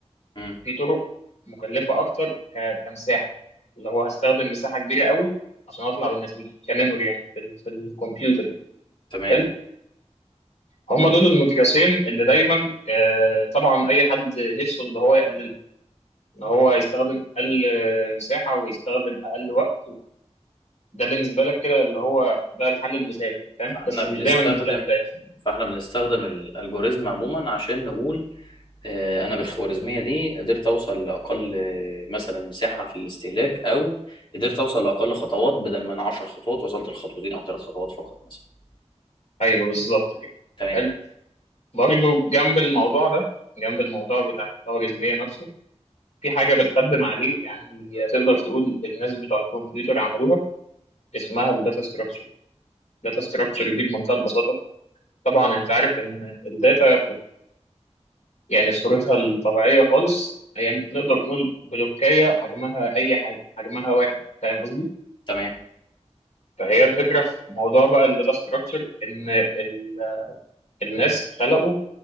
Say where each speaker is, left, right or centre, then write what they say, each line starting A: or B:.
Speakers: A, on the left; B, on the left.
A: مم.
B: في طرق مكلفة اكتر ك- كمساحة اللي هو هستخدم مساحة كبيرة قوي عشان اطلع بالنتيجة كميموري يعني في ال- في الكمبيوتر يعني
A: تمام
B: حلو هم دول المقياسين اللي دايما آه، طبعا اي حد نفسه ان هو يقللهم ان هو يستخدم اقل آه، مساحه ويستخدم اقل وقت ده بالنسبه لك كده اللي هو ده الحل المثالي يعني فاهم
A: فاحنا
B: بس مش
A: بنستخدم
B: دايما بتلاقي ده يعني.
A: فاحنا بنستخدم الالجوريزم عموما عشان نقول آه، انا بالخوارزميه دي قدرت اوصل لاقل آه، مثلا مساحه في الاستهلاك او قدرت اوصل لاقل خطوات بدل ما انا 10 خطوات وصلت لخطوتين او ثلاث خطوات فقط مثلا
B: ايوه بالظبط كده
A: تمام
B: حلو برضه جنب الموضوع ده جنب الموضوع بتاع الخوارزميه نفسه في حاجه بتخدم عليه يعني تقدر تقول الناس بتوع الكمبيوتر عملوها اسمها الداتا ستراكشر الداتا ستراكشر دي بمنتهى البساطه طبعا انت عارف ان الداتا يعني في صورتها الطبيعية خالص هي نقدر نقول بلوكية حجمها أي حاجة حجمها واحد فاهم قصدي؟
A: تمام
B: فهي الفكرة في موضوع بقى الداتا ستراكشر إن ال- الناس خلقوا